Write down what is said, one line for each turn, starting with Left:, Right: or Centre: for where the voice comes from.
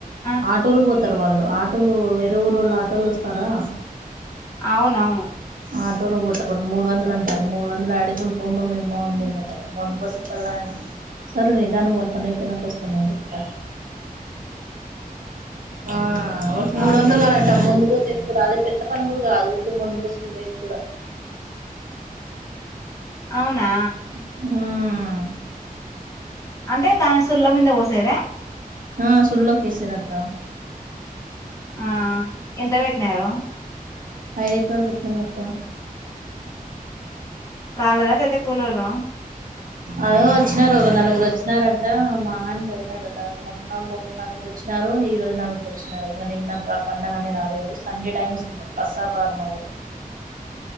Left: ఆ
Right: ఆటోలు పోయాక వస్తారు వాళ్ళు ఆటోలు వేరే ఊరు వాళ్ళ ఆటోలు వస్తారా
Left: అవునవును
Right: ఆటోలోపోతారు వాడికి మూడు వందలు అంటారు మూడు వందలు యడిద్దాం పోమ్మ మేము మందు పోసకల్లా అంటే సరే నీ దాని వల్ల పనీ అయినక వస్తాను అని చెప్తాను ఆ మూడు
Left: అవు
Right: వందలు కాలండిబ్ ముందు పోచే ఇప్పుడు అదే పెద్ద పని కూడా కాదు ఊకే ముందు పోసుకుని పోయికి కూడా
Left: అవునా
Right: ఉమ్
Left: అంటే దాని సుళ్ల మీద పోసేదా
Right: ఆ సుల్ కేసిరూ అక్కా
Left: ఆ ఎంత పెట్నారు
Right: ఐదు ఎకరాలు పెట్టినాం అక్క
Left: వాళ్ళదా సేతే కూలోలుటేస్ట్
Right: అదే వచ్చినారు ఒక నలుగురు వచ్చినారంట మా ఆయన పోయినాడు నగు మొన్న నలుగురు చ్చినారు ఈ రోజు నలుగురు వచ్చినారు ఇంగ నిన్న పండగ అనే రాలేదు సండే టైమ్స్ అస్సల్ రారు మా ఊర్లో